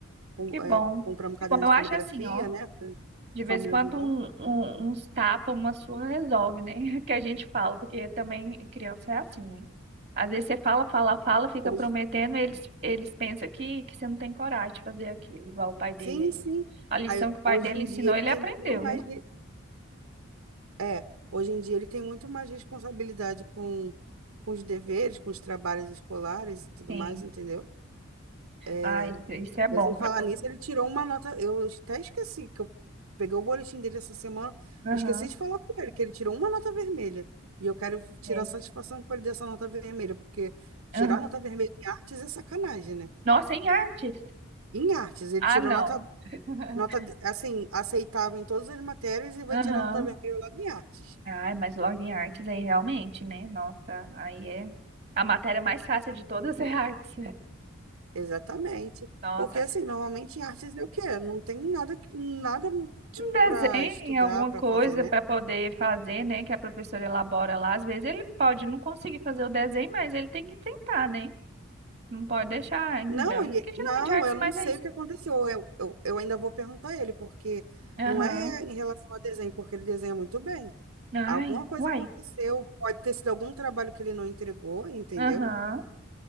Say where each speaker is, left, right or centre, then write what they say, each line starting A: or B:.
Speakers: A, on the right; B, on the right.
A: Com,
B: Que bom.
A: é, comprar um caderno
B: Que bom. Eu
A: de
B: acho
A: caligrafia,
B: assim, ó.
A: né,
B: De vez
A: para me
B: em quando
A: ajudar.
B: um, um- uns tapas, uma surra resolve, né? <laughs> Que a gente fala, porque também criança é assim, né? Às vezes você fala, fala, fala, fica
A: Hoje,
B: prometendo, eles, eles pensam que, que você não tem coragem de fazer aquilo, igual o pai dele
A: sim,
B: aí.
A: sim.
B: A lição
A: Aí,
B: que o pai
A: hoje
B: dele
A: em
B: ensinou,
A: dia ele
B: ele
A: tem
B: aprendeu,
A: muito mais.
B: né?
A: É, hoje em dia ele tem muito mais responsabilidade com, com os deveres, com os trabalhos escolares e tudo
B: Sim.
A: mais, entendeu?
B: Ah,
A: É,
B: isso, isso é bom
A: Mas em
B: para
A: falar
B: poder.
A: nisso, ele tirou uma nota. Eu até esqueci que eu peguei o boletim dele essa semana,
B: Aham.
A: esqueci de falar com ele, que ele tirou uma nota vermelha. E eu quero tirar
B: é.
A: satisfação com ele dessa nota vermelha, porque tirar
B: Aham.
A: nota vermelha em artes é sacanagem, né?
B: Nossa, em artes?
A: Em artes, ele
B: Ah,
A: tirou
B: não.
A: nota,
B: <laughs>
A: nota assim, aceitável em todas as matérias e vai
B: Aham.
A: tirar nota vermelha lá em artes.
B: Ai, mas logo em artes aí realmente, né? Nossa, aí é. A matéria mais fácil de todas é artes.
A: Exatamente.
B: Nossa,
A: Porque assim, normalmente em artes é o quê? Não tem nada, que- nada tipo
B: um desenho,
A: para estudar,
B: alguma
A: para
B: coisa
A: fazer, né?
B: para poder fazer, né? Que a professora elabora lá. Às vezes ele pode não conseguir fazer o desenho, mas ele tem que tentar, né? Não pode deixar em
A: Não,
B: branco,
A: e-
B: porque geralmente
A: não,
B: a arte
A: eu não
B: mais
A: sei
B: é isso.
A: o que aconteceu. Eu, eu, eu ainda vou perguntar a ele, porque
B: Aham.
A: não é em relação ao desenho, porque ele desenha muito bem.
B: Ai,
A: Alguma coisa
B: uai.
A: aconteceu, pode ter sido algum trabalho que ele não entregou, entendeu?
B: Aham.